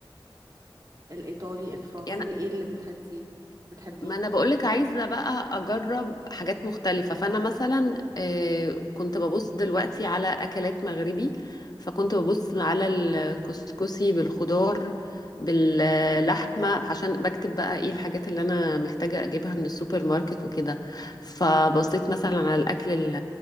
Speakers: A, on the right; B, on the left.
A: الايطالي الفرنساوي
B: <laughs> يعني
A: ايه اللي بتحبيه بتحبيه
B: ما انا بقولك عايزه بقى اجرب حاجات مختلفه فانا مثلا آه، كنت ببص دلوقتي على اكلات مغربي فكنت ببص على الكسكسي بالخضار باللحمه عشان بكتب بقى ايه الحاجات اللي انا محتاجه اجيبها من السوبر ماركت وكده فبصيت مثلا على الاكل ال-